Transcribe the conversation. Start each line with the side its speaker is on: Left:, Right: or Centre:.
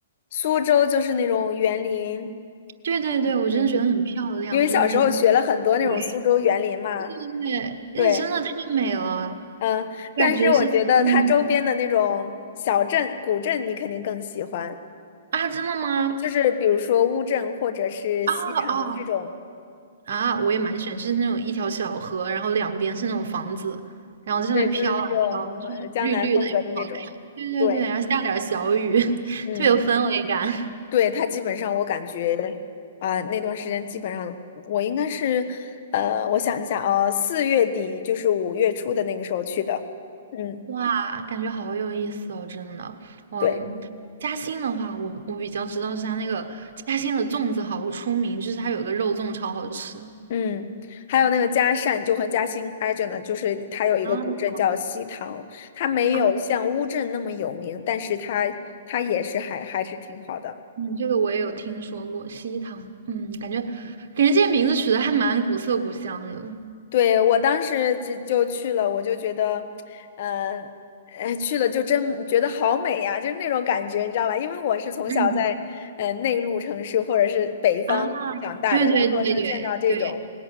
Left: 苏州就是那种园林。
Right: 对对对，我真的觉得很漂亮，
Left: 嗯。因为小时候学了很多那种苏州园林嘛，
Right: 就是那种，对，对，对，
Left: 对，
Right: 那真的太美了
Left: 嗯，
Right: 我感觉是，
Left: 但是我觉得它周边的那种小镇、
Right: 嗯，
Left: 古镇，你肯定更喜欢，
Right: 啊，真的吗？
Left: 就是比如说乌镇或者是西塘这种，
Right: 啊啊，啊，我也蛮喜欢，就是那种一条小河，然后两边是那种房子，然后在上面飘啊飘，
Left: 对，就是那种呃江南风格的那种，
Right: 就是绿绿的，又很好看。对对对，
Left: 对，
Right: 然后下点儿小雨，<laughs>
Left: 嗯，
Right: 特别有氛围感。
Left: 对，它基本上我感觉啊、那段时间基本上我应该是，呃，我想一下啊，四月底就是五月初的那个时候去的，嗯。
Right: 哇，感觉好有意思哦，真的。我
Left: 对。
Right: 嘉兴的话，我我比较知道是它那个嘉兴的粽子好出名，就是它有个肉粽超好吃。
Left: 嗯，还有那个嘉善，就和嘉兴挨着呢，就是它有一个古镇叫西塘，
Right: 啊
Left: 它没有像乌镇那么有名，
Right: 啊，
Left: 但是它它也是还还是挺好的。
Right: 嗯，这个我也有听说过，西塘。嗯，感觉
Left: 嗯，
Right: 感觉这些名字取得还蛮古色古香的。
Left: 对，我当时就就去了，我就觉得，呃，呃，去了就真觉得好美呀，就是那种感觉，你知道吧？因为我是从小在呃内陆城市或者是北方长大的，
Right: 嗯。啊。对对对对对
Left: 然后就见到这种